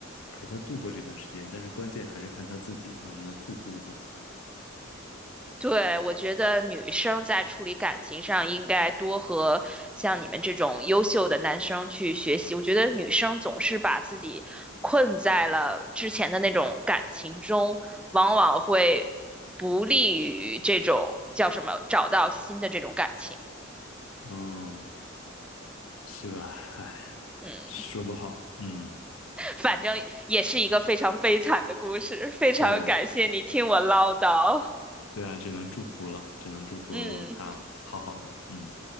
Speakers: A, on the left; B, in the centre.
A: 陪他度过这段时间。但是关键还是看他自己能不能自度自己。
B: 对，我觉得女生在处理感情上应该多和像你们这种优秀的男生去学习。我觉得女生总是把自己困在了之前的那种感情中，往往会不利于这种叫什么找到新的这种感情。
A: 嗯，是吧？哎，
B: 嗯，
A: 说不好。嗯，
B: 反正也是一个非常悲惨的故事。非常感谢你听我唠叨。
A: 对，对啊，只能祝福了，只能祝福他好好的。
B: 嗯，
A: 嗯，